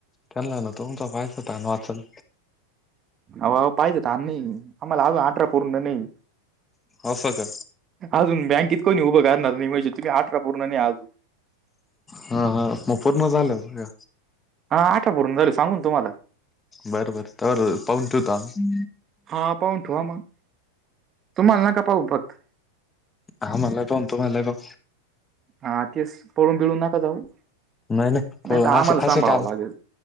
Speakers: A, on the left; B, on the right.
A: त्यांना आना तुमचा पायचा तान वाचलं.
B: अहो पाहिजे तर नाही. आम्हाला अजून अठरा पूर्ण नाही.
A: असं का.
B: अजून बँकेत कोणी उभं करणार नाही. म्हणजे तिकडे अठरा पूर्ण नाही अजून.
A: हा हा.. मग पूर्ण झालं हे.
B: हा आठरा पूर्ण झाले सांगून तुम्हाला.
A: बर बर तवर पाहून ठेवतो आम्ही.
B: हा पाहून ठेवा मग, तुम्हाला नका पाहू फक्त.
A: हा मला पण तो मालय बघ.
B: हा तेच पळून बिळून नका जाऊ.
A: नाही नाही कॉल
B: तर आम्हाला
A: असे
B: सांभाळावं
A: असे काम
B: लागेल